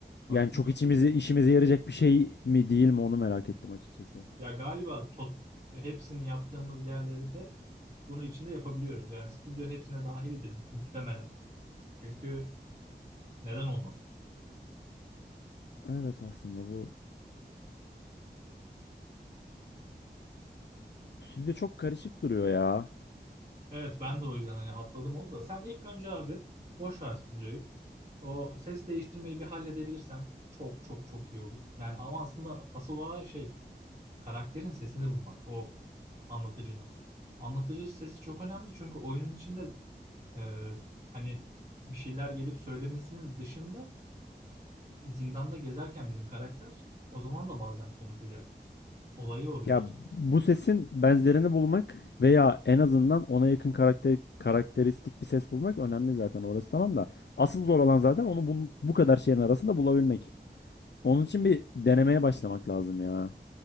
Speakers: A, on the left; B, on the right.
A: Yani
B: Vaktim
A: çok
B: yoktu.
A: içimizi işimize yarayacak bir şey mi değil mi onu merak ettim açıkçası.
B: Ya galiba tot, hepsini yaptığımız yerleri de bunu içinde yapabiliyoruz. Yani stüdyo hepsine dahildir muhtemelen. Çünkü neden olmasın?
A: Evet aslında bu stüdyo çok karışık duruyor ya.
B: Evet ben de o yüzden hani atladım onu da. Sen ilk önce abi boş ver stüdyoyu. O ses değiştirmeyi bir halledebilirsen çok çok çok iyi olur. Yani ama aslında asıl olan şey karakterin sesini bulmak o anlatıcının. Anlatıcı sesi çok önemli çünkü oyunun içinde e, hani bir şeyler gelip söylemesinin dışında zindanda gezerken bizim karakter o zaman da bazen konuşacak. Olayı o biraz.
A: Ya bu sesin benzerini bulmak veya en azından ona yakın karakter karakteristik bir ses bulmak önemli zaten orası tamam da asıl zor olan zaten onu bu, bu kadar şeyin arasında bulabilmek. Onun için bir denemeye başlamak lazım ya.